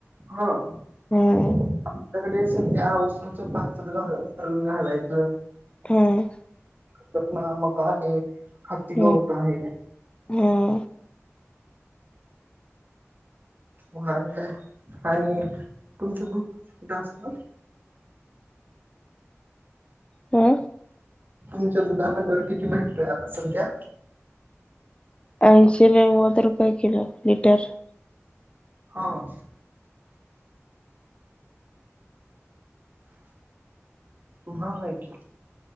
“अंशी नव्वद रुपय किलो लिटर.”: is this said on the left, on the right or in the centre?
Left